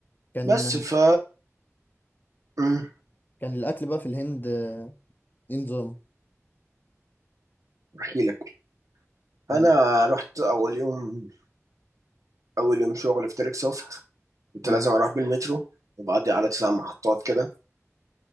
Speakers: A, on the left; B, on the right.
A: كان
B: بس ف أمم،
A: كان الاكل بقى في الهند آه، ايه نظام
B: احكي لك
A: مم.
B: انا رحت اول يوم اول يوم شغل في تريك سوفت كنت
A: مم.
B: لازم اروح بالمترو وبعدي على تسع محطات كده